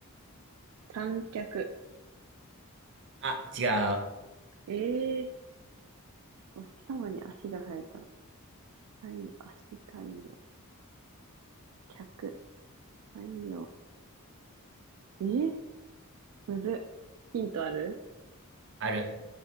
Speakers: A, on the right; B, on the right.
A: 三脚。
B: あ、違う。
A: ええー、お日様に足が生えたら、太陽、足、太陽、脚、太陽。えーむずっ。ヒントある
B: ある。